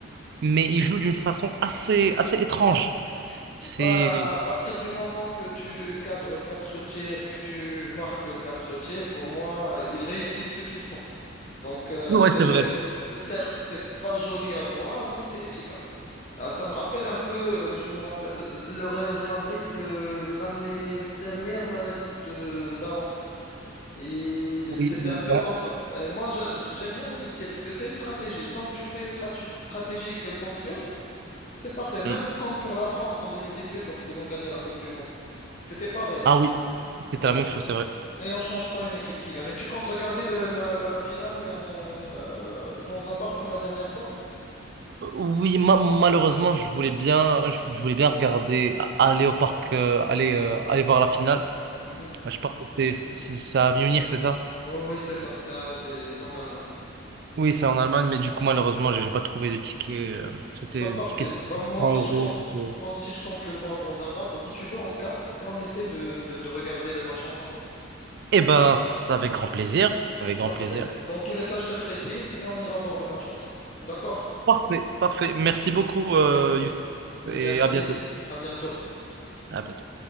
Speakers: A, on the right; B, on the left.
A: mais ils jouent d'une façon assez, assez étrange.
B: Bah,
A: C'est,
B: à partir du moment que tu cadres quatre tirs, que tu marques quatre tirs, pour moi, euh, ils réussissent ce qu'ils font. Donc, euh,
A: ouais,
B: c'est
A: c'est
B: mieux.
A: vrai.
B: Certes, c'est pas joli à voir, mais c'est efficace. Ah, ça me rappelle un peu, euh, je me rappelle le Real de Madrid de l'année dernière ou l'année de- de- d'avant. Et
A: Oui,
B: c'était
A: oui,
B: un peu
A: ouais.
B: comme ça. Et moi, j'a- j'aime bien ce style parce que c'est une stratégie. Tant que tu fais une stratu- stratégie et qu'elle fonctionne, c'est parfait. Même
A: Mm.
B: comme pour la France en 2018 lorsqu'ils ont gagné la Coupe du Monde. C'était pareil.
A: Ah oui, c'était
B: Donc,
A: la même chose, c'est vrai.
B: et on change pas une équipe qui gagne. Et tu comptes regarder le- la, la- la finale euh, dans un bar comme la dernière fois?
A: Euh, Oui, ma- malheureusement, je voulais bien, je je voulais bien regarder, a- aller au parc, euh, aller, euh, aller voir la finale.
B: Mhm.
A: Je pense que c'était, c'est c'est c'est à Munich, c'est ça?
B: Oh Oui, c'est ça. Ça, c'est c'est en Allemagne.
A: Oui, c'est en Allemagne, mais du coup, malheureusement, j'ai j'ai pas trouvé de ticket. euh, C'était
B: Bah, parfait.
A: des tickets
B: Bah, moi
A: cent
B: aussi,
A: euros.
B: je compte.
A: c'était-
B: Moi aussi, je compte le voir dans un bar. Bah, si tu veux, on se capte et on essaie de de- de regarder le match ensemble.
A: Eh ben, c'est avec grand plaisir. Avec grand
B: Parfait.
A: plaisir.
B: Dans tous les cas, je te ferai signe et on ira voir le match ensemble. D'accord?
A: Parfait, parfait. Merci beaucoup,
B: Hum,
A: euh, Youssef.
B: merci.
A: Et à bientôt.
B: À bientôt.
A: À bientôt.